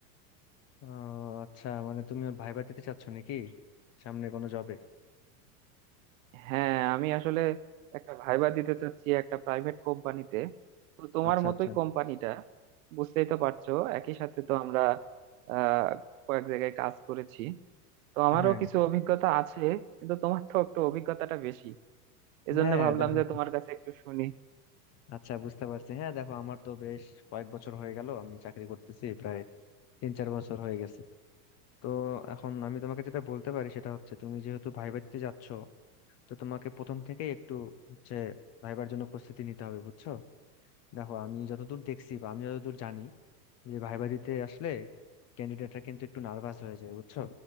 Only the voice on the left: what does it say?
ও আচ্ছা মানে তুমি ভাইবা দিতে চাচ্ছ নাকি সামনে কোনো জবে
আচ্ছা
আচ্ছা
হ্যাঁ
হ্যাঁ
দেখো
আচ্ছা বুঝতে পারছি হ্যাঁ দেখো আমার তো বেশ কয়েক বছর হয়ে গেল আমি চাকরি করতেছি প্রায় তিন চার বছর হয়ে গেছে তো এখন আমি তোমাকে যেটা বলতে পারি সেটা হচ্ছে তুমি যেহেতু ভাইবা দিতে যাচ্ছ তো তোমাকে প্রথম থেকেই একটু হচ্ছে ভাইবার জন্য প্রস্তুতি নিতে হবে বুঝছো দেখো আমি যতদূর দেখছি বা আমি যতদূর জানি যে ভাইবা দিতে আসলে ক্যান্ডিডেটরা কিন্তু একটু নার্ভাস হয়ে যায় বুঝছো